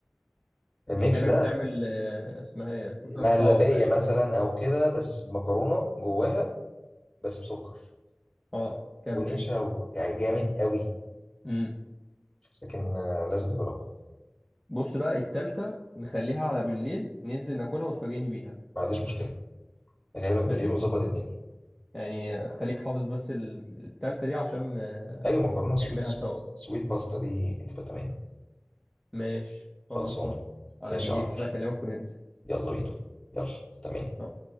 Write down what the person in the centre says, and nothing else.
ده كانك
بتعمل آه، اسمها ايه فرصه
تصور تقريبا
اه جامده
دي
امم
بص بقى التالتة نخليها على بالليل ننزل ناكلها وتفاجئني بيها
ماشي
يعني آه، خليك حافظ بس ال- التالتة دي عشان آه،
نعملها
سوا
ماشي
خلصان على
بالليل
كده اكلمك وننزل
آه،